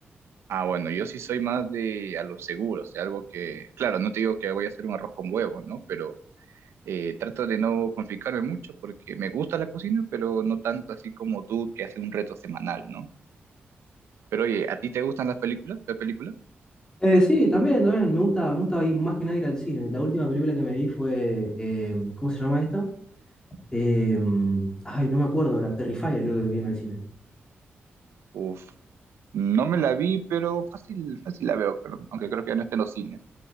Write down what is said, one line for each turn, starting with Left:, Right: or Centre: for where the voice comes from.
Right: Ah, bueno, yo sí soy más de a lo seguro, o sea, algo que, claro, no te digo que voy a hacer un arroz con huevo, ¿no? Pero Eh, trato de no complicarme mucho porque me gusta la cocina, pero no tanto así como tú que hace un reto semanal, ¿no? Pero oye, ¿a ti te gustan las películas? ¿Las películas?
Left: Eh, sí, también, también, me gusta, me gusta ir más que nada ir al cine. La última película que me vi fue, eh, ¿cómo se llama esta? Em, ay, no me acuerdo ahora, Terrifier creo que vi en el cine.
Right: Uf, no me la vi, pero fácil, fácil la veo, pero- aunque creo que ya no está en los cines.